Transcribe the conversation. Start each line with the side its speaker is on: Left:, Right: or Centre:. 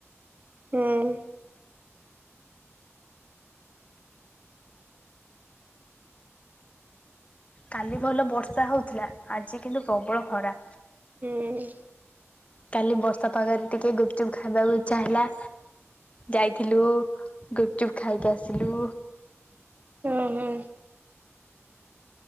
Right: ହୁଁ
Left: କାଲି ଭଲ ବର୍ଷା ହଉଥିଲା ଆଜି କିନ୍ତୁ ପ୍ରବଳ ଖରା।
Right: ହୁଁ
Left: କାଲି ବର୍ଷା ପାଗରେ ଟିକେ ଗୁପଚୁପ ଖାଇବାକୁ ଇଚ୍ଛା ହେଲା। ଯାଇଥିଲୁ ଗୁପଚୁପ ଖାଇକି ଆସିଲୁ।
Right: ହଁ ହଁ